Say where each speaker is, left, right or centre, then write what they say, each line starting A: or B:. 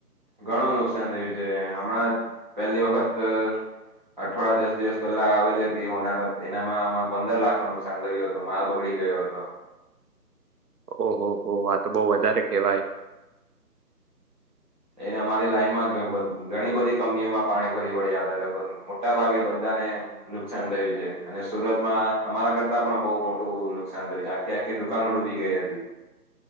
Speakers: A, on the right; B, on the right.
A: ઘણું નુકસાન થયું છે હમણાં પહેલી વખત અઠવાડા દસ દિવસ પહેલા આવેલી હતી હોનારત એનામાં અમારે પંદર લાખ નું નુકસાન થરય હતું માલ બગડી ગયો હતો
B: ઓહોહ આ તો બહુ વધારે કેવાય
A: એને અમારી લાઈન માં ઘણી બધી કંપનીઓમાં પાણી ફરી વળ્યા હતા એટલે મોટા ભાગે બધા ને નુકસાન થયું છે અને સુરતમાં અમારા કરતા પણ બહુ મોટું નુકસાન થયું છે આ ક્યાં આખી દુકાનો ડૂબી ગઈ હતી